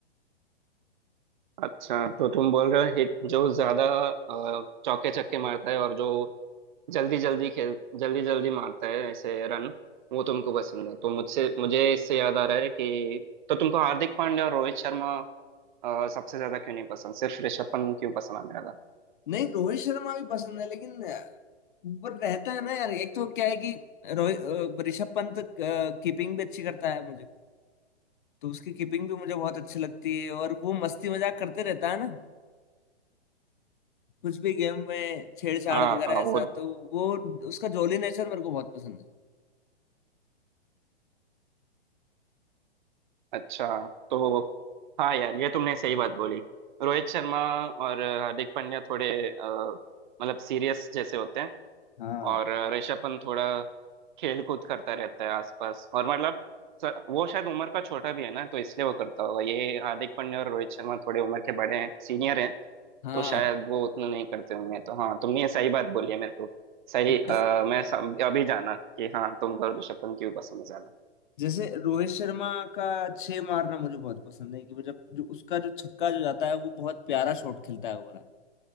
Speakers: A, on the right; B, on the left.
A: अच्छा तो तुम बोल रहे हो हिट जो ज्यादा अ, चौके छक्के मारता है और जो जल्दी जल्दी खेल जल्दी जल्दी मारता है ऐसे रन वो तुमको पसंद है तो मुझसे मुझे इससे याद आ रहा है कि तो तुमको हार्दिक पांड्या और रोहित शर्मा अ, सबसे ज्यादा क्यों नहीं पसंद सिर्फ ऋषभ पंत क्यों पसंद आने लगा
B: नहीं रोहित शर्मा भी पसंद है लेकिन पर रहता है ना यार एक तो क्या है कि रोहित अ, ऋषभ पंत कीपिंग भी अच्छी करता है मुझे तो उसकी कीपिंग भी मुझे बहुत अच्छी लगती है और वो मस्ती मजाक करते रहता है ना कुछ भी गेम में छेड़छाड़
A: हाँ
B: वगैरह
A: हाँ,
B: ऐसा
A: वो
B: तो वो उसका जॉली नेचर मेरे को बहुत पसंद है
A: अच्छा तो हाँ यार ये तुमने सही बात बोली रोहित शर्मा और हार्दिक पांड्या थोड़े अ, मतलब सीरियस जैसे होते हैं
B: हाँ
A: और ऋषभ पंत थोड़ा खेल कूद करता रहता है आसपास और मतलब स- वो शायद उम्र का छोटा भी है ना तो इसलिए वो करता होगा ये हार्दिक पांड्या और रोहित शर्मा थोड़े उम्र के बड़े हैं सीनियर हैं
B: हाँ
A: तो शायद वो उतना नहीं करते होंगे तो हाँ तुमने ये सही बात बोली है मेरे को सही
B: जैस-
A: आ, मैं सम, अभी जाना कि हाँ तुमको ऋषभ पंत क्यों पसंद है ज्यादा
B: जैसे रोहित शर्मा का छह मारना मुझे बहुत पसंद है कि वो जब जो उसका जो छक्का जो जाता है वो बहुत प्यारा शॉट खेलता है वो वाला।